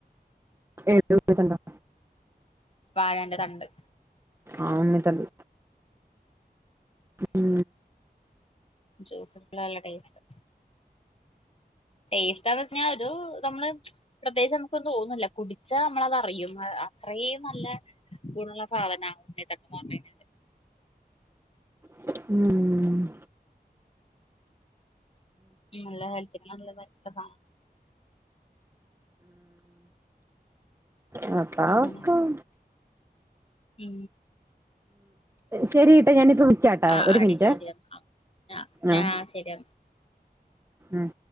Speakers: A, on the right; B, on the left.
A: ഏത് ഉണ്ണിതണ്ടാേ
B: വാഴന്റെ തണ്ട്
A: ആഹ് ഉണ്ണിതണ്ട് ഉം
B: ജൂസ് അടിച്ചാല് നല്ല ടേസ്റ്റാ ടേസ്റ്റ് ഏതെന്ന് വെച്ച്നഇത് നമ്മള് പ്രത്യേകിച്ച് നമുക്കൊന്നും തോന്നൂല കുടിച്ചാ നമ്മളത് അറിയും അത് അത്രീം നല്ല ഗുണള്ള സാധനാ ഉണ്ണിത്തണ്ട് പറ്ണൈഞ്ഞാല്
A: ഉം
B: ഉം നല്ലതാ ഹെൽത്തിന് നല്ലതായിട്ട്ള്ള സാധനാ
A: മറ്റാളൊർക്കം
B: അങ്ങനെ ഉം
A: ശരിയിട്ടാ ഞാനിപ്പ വിളിച്ചാട്ടാ
B: ആ
A: ഒരു
B: അടി
A: മിൻറ്റെ
B: ശരിയാ ആ
A: ആഹ്
B: ആ ശരിയാ
A: ഉം